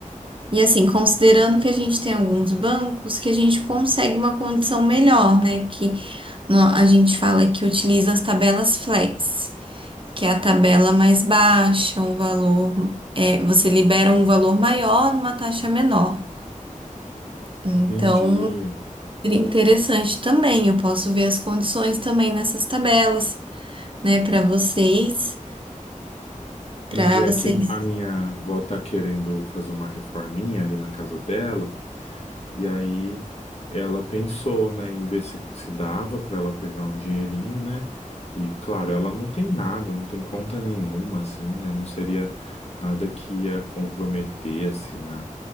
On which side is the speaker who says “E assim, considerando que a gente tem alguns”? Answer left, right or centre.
Right